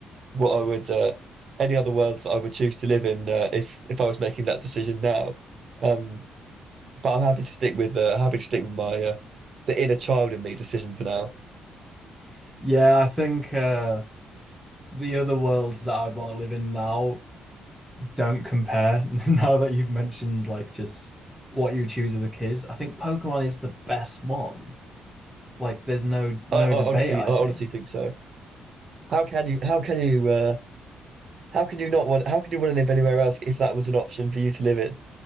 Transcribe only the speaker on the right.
what I would uh, any other worlds that I would choose to live in uh, if if I was making that decision now. Um, but I'm happy to stick with uh, happy to stick with my uh, the inner child in me decision for now.
I, I
honestly
I
honestly think so. How can you how can you uh, How can you not want, how can you want to live anywhere else if that was an option for you to live in?